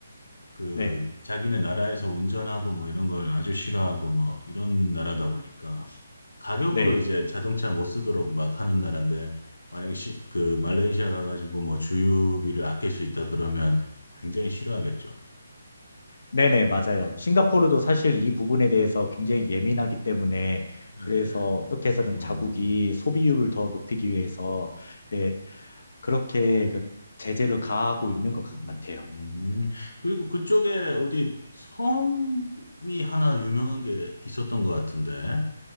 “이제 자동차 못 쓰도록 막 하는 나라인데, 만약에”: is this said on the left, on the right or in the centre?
Left